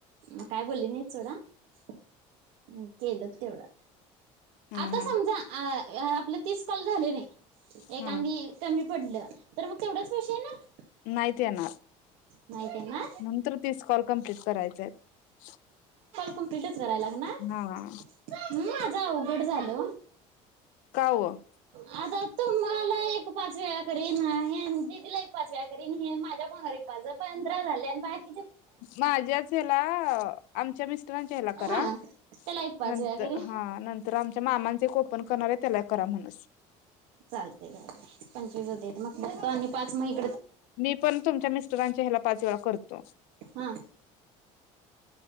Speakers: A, on the right (about 80°); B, on the left (about 75°).
A: मग काय बोलली नाहीत सोडा--केलं तेवढं.
B: हा
A: आता
B: हा
A: समजा अ आपले तीस कॉल झाले नाही. एखांदी
B: हा
A: कमी पडलं, तर मग तेवढच पैशे येणार?
B: नाहीत येणार,
A: नाही त्यांना
B: नंतर तीस कॉल कमप्लीट करायच आहेत.
A: कमप्लिटच कराय लागणार--हम्म.
B: हा
A: जाऊ <unintelligible> कट झालं.
B: कावं?
A: आता तुम्हाला एक पाच वेळा करीन, हे दिदीला एक पाच वेळा करीन, हे माझ्या फोनावर एक पाच वेळा, हे पंधरा झाले आणि बाकी
B: माझ्याच ह्याला हं, आमच्या मिस्टरांच्या ह्याला करा,
A: हा त्याला एक पाच
B: नंतर
A: वेळा करीन
B: हा नंत तर आमच्या मामांचे ओपन करणार त्यालाय करा म्हण
A: चालतेग पंचवीस होतेेत मग पाच महिने
B: मी पण तुमच्या मिस्टरांच्या ह्याला पाच वेळा करतो.
A: हा